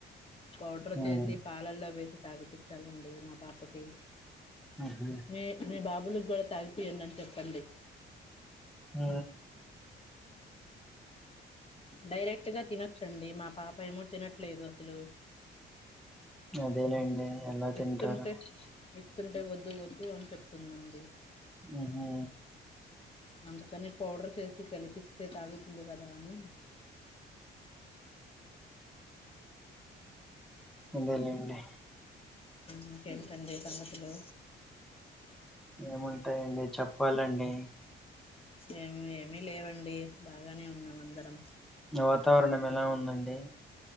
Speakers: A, on the left; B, in the centre.
A: పౌడర్
B: ఉమ్,
A: చేసి పాలల్లో వేసి తాగిపించాలండి మా పాపకి
B: ఉహు,
A: మీ మీ బాబులకు కూడా తాగిపియ్యండని చెప్పండి
B: అ
A: డైరెక్ట్ గా తినొచ్చండి మా పాప ఏమో తినట్లేదు అసలు
B: అదేలేండి
A: ఇ
B: ఎలా తింటారు
A: ఇస్తుంటే వి ఇస్తుంటే వద్దు వద్దు అని చెప్తుందండి
B: ఉహు,
A: అందుకని పౌడర్ చేసి కలిపిస్తే తాగుతుంది కదా అని
B: అంతేలేండి
A: ఇంకేటండి సంగతులు
B: ఏముంటాయండి చెప్పాలండి
A: ఏమి ఏమి లేవండి బాగానే ఉన్నాం అందరం
B: వాతావరణం ఎలా ఉందండి